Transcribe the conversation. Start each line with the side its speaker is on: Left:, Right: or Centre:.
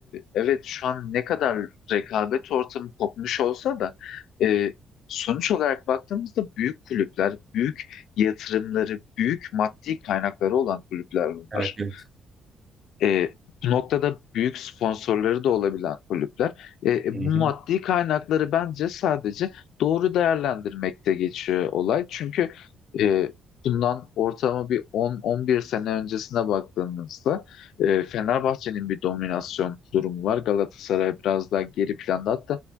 Left: evet şu an ne kadar rekabet ortamı kopmuş olsa da e, sonuç olarak baktığımızda büyük kulüpler, büyük yatırımları, büyük maddi kaynakları olan kulüpler bunlar.
Right: Evet, evet.
Left: E, bu noktada büyük sponsorları da olabilen kulüpler. E, e, bu
Right: Hı hı.
Left: maddi kaynakları bence sadece doğru değerlendirmekte geçiyor olay. Çünkü e, bundan ortalama bir 10-11 sene öncesine baktığımızda e, Fenerbahçe'nin bir dominasyon durumu var. Galatasaray biraz daha geri planda. Hatta